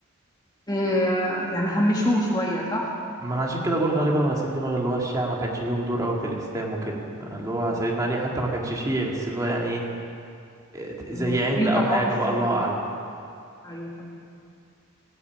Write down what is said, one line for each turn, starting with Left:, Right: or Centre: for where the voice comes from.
Left: إيه يعني همشوه شوية صح
Right: ما انا عشان كده بقول غالبا غسيل دماغ اللي هو الشيعة ما كانش ليهم دور قوي في الاسلام وكده اللي
Left: مم.
Right: هو سيدنا علي حتى ما كانش شيعي بس اللي هو يعني ايه إيه، زي
Left: المصريين
Right: عند او
Left: طلعوه
Right: حاجة
Left: بالصورة
Right: بقى الله
Left: دي
Right: اعلم
Left: ايوه فاهمك